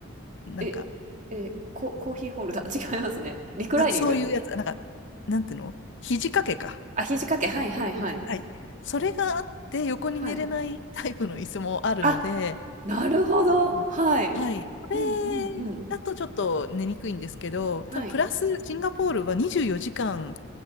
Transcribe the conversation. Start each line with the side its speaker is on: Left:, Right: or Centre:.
Left: なんか、
Right: え、え、ココーヒーホルダー、<laughs> 違いますね。リクライニング？
Left: あ、そういうやつ、なんか、なんていうの肘掛けか。
Right: あ、肘掛け、はいはいはい。
Left: はい。それがあって、横に寝れないタイプの椅子もあるので、
Right: はい。あ、なるほど、
Left: はい。
Right: はい。
Left: はいそれだとちょっと寝にくいんですけど、
Right: うんうんうん。はい。
Left: ただプラスシンガポールは24時間